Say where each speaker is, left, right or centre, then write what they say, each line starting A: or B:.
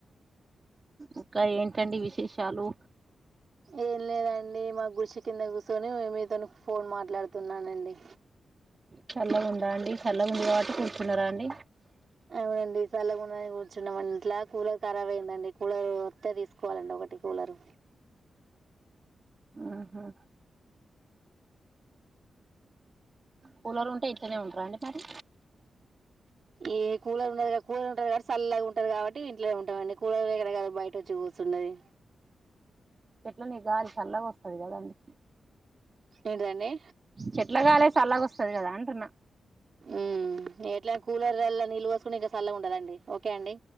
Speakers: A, on the right (about 30°); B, on the right (about 45°).
A: ఇంకా ఏంటండి విశేషాలు
B: ఏం లేదండి మా గుశ కింద కుసోని మీతో ఫోన్ మాట్లాడుత తున్నానండి
A: చల్లగా ఉందా అండి చల్లగా ఉందకబాటే కూర్చున్నరా అండి
B: అవునండి చల్లకుండాని కూర్చున్నాం ఇంట్లా కూలర్ ఖరాబ్ అయిందండి కూలర్ వస్తే తీసుకోవాలండి ఒకటి కూలరు
A: ఆహా కూలర్ ఉంటే ఇంట్లనే ఉంటరా అండి మరి
B: ఈ కూలర్ ఉండది కూలర్ ఉంటది కాటి సల్లాగా ఉంటది కాబట్టి ఇంట్లో ఉంటామండి కూలర్ ఎక్కడ కాదుా బయట వచ్చి కూస్తున్నది
A: ఎట్ల నీ గాలి చల్లాగా వస్తది కదండి
B: ఏంటిదండీ
A: చెట్లాగాలే సలాగా వస్తా సర కాదా అంటున
B: ఉ ఎట్లా కూలర్లా నీళ్ళు పోసుకుని ఇంకా సల్ల ఉండదండి ఓకే అండి